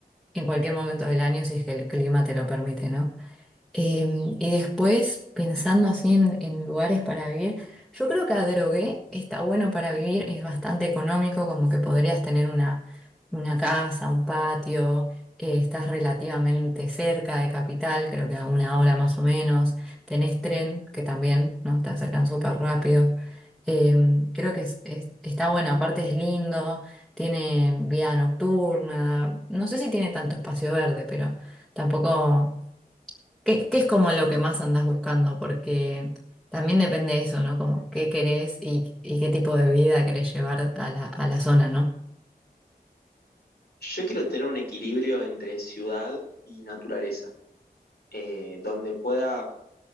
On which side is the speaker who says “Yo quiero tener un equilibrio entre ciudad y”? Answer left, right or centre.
Left